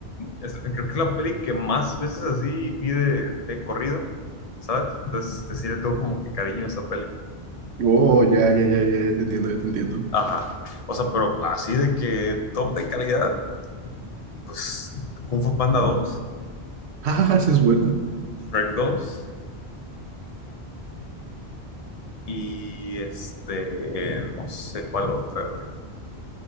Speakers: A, on the left (about 40°); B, on the right (about 80°).
A: es- creo que es la peli que más veces así vi de, de corrido, ¿sabes? Entonces, este, sí le tengo como que cariño a esa peli.
B: Oh, ya, ya, ya, ya, ya te entiendo, ya te entiendo.
A: Ajá. O sea, pero así de que top de calidad, pues Kung Fu Panda dos
B: Ah, esa es buena.
A: Shrek dos y este, no sé cuál otra, güey.